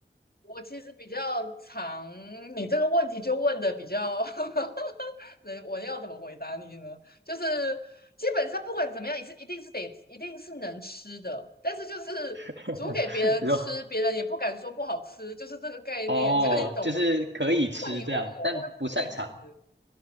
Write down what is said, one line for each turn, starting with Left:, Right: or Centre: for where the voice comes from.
Left: 我其实比较常，你这个问题就问的比较，<laughs> 能我要怎么回答你呢？就是基本上不管怎么样，也是一定是得一定是能吃的，但是就是煮给别人吃，
Right: <laughs> 你说
Left: 别人也不敢说不好吃，就是这个概念，
Right: 哦，
Left: <laughs> 这样你懂吗？
Right: 就是可以吃这样，
Left: 如果你问我会不会吃，
Right: 但不擅长。